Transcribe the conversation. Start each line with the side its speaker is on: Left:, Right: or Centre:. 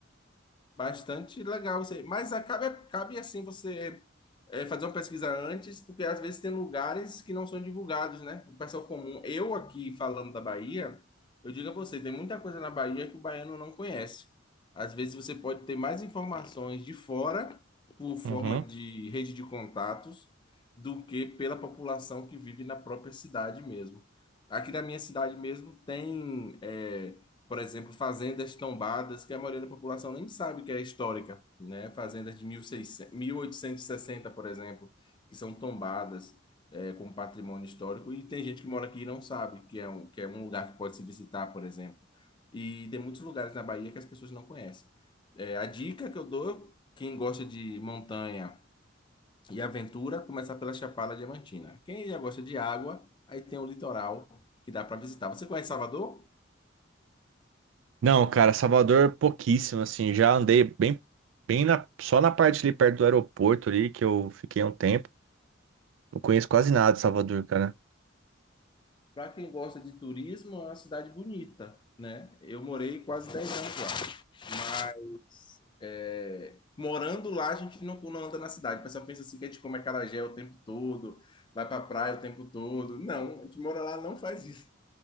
Left: Bastante legal você. Mas acaba, cabe assim você é, fazer uma pesquisa antes, porque às vezes tem lugares que não são divulgados, né? O pessoal comum. Eu aqui falando da Bahia, eu digo a você, tem muita coisa na Bahia que o baiano não conhece. Às vezes você pode ter mais informações de fora, por forma
Right: Uhum.
Left: de rede de contatos, do que pela população que vive na própria cidade mesmo. Aqui na minha cidade mesmo tem. é, por exemplo, fazendas tombadas que a maioria da população nem sabe que é histórica, né? Fazendas de mil e seiscentos, mil oitocentos e sessenta por exemplo, que são tombadas é, como patrimônio histórico e tem gente que mora aqui e não sabe que é um, que é um lugar que pode se visitar, por exemplo. E tem muitos lugares na Bahia que as pessoas não conhecem. É, a dica que eu dou, quem gosta de montanha e aventura, começar pela Chapada Diamantina. Quem já gosta de água, aí tem o litoral que dá para visitar. Você conhece Salvador?
Right: Não, cara, Salvador pouquíssimo, assim, já andei bem, bem na, só na parte ali perto do aeroporto ali que eu fiquei um tempo. Não conheço quase nada de Salvador, cara.
Left: Para quem gosta de turismo, é uma cidade bonita, né? Eu morei quase 10 anos lá, mas é, morando lá a gente não, não anda na cidade. O pessoal pensa assim que a gente come acarajé o tempo todo, vai para praia o tempo todo. Não, a gente mora lá, não faz isso